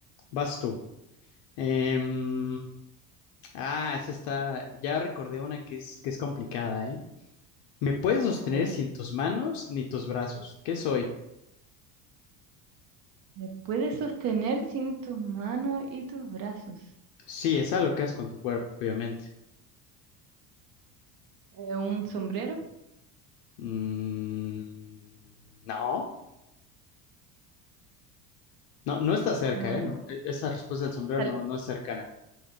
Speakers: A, on the left (about 60°); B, on the right (about 45°).
A: vas tú. Em, ah, esa está. Ya recordé una que es, que es complicada, ¿eh? Me puedes sostener
B: A ver,
A: sin tus manos ni tus brazos. ¿Qué soy?
B: ¿me puedes sostener sin tus manos y tus brazos?
A: Sí, es algo que haces con tu cuerpo, obviamente.
B: Eh, ¿un sombrero?
A: Mm, no, no, no está cerca,
B: No
A: ¿eh?
B: es.
A: No, e- esa respuesta del sombrero
B: Esta,
A: no, no es cercana.